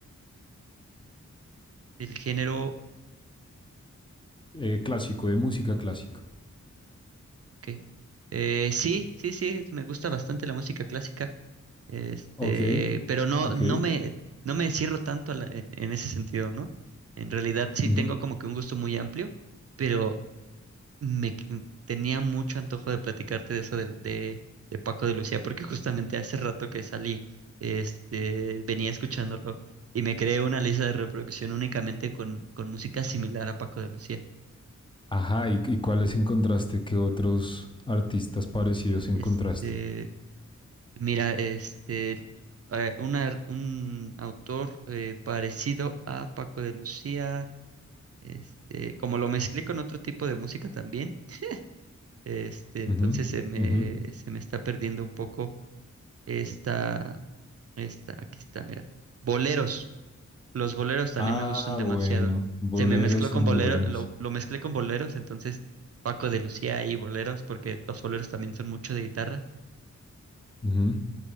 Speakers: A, on the right; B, on the left.
A: El género,
B: eh, clásico, de música clásica.
A: ok. Eh, sí, sí, sí, me gusta bastante la música clásica. Este,
B: Ok,
A: pero no,
B: ok.
A: no me, no me cierro tanto a la- en, en ese sentido, ¿no? En realidad sí
B: ujú.
A: tengo como que un gusto muy amplio, pero me qu- mm, tenía mucho antojo de platicarte de eso del- de, de Paco de Lucía, porque justamente hace rato que salí, este, venía escuchándolo y me creé una lista de reproducción únicamente con, con música similar a Paco de Lucía.
B: Ajá, ¿y, y cuáles encontraste? ¿Qué otros artistas parecidos
A: Este,
B: encontraste?
A: mira, este, eh, una- un autor eh, parecido a Paco de Lucía, este, como lo mezclé con otro tipo de música también, este, entonces
B: Ujú,
A: se me,
B: ujú.
A: se me está perdiendo un poco Esta, esta, aquí está, mira. Boleros. Los boleros también
B: Ah,
A: me gustan demasiado.
B: bueno, boleros
A: Se me mezcló
B: son
A: con
B: muy
A: boleros,
B: buenos.
A: lo, lo mezclé con boleros, entonces Paco de Lucía y boleros, porque los boleros también son mucho de guitarra.
B: Ujú,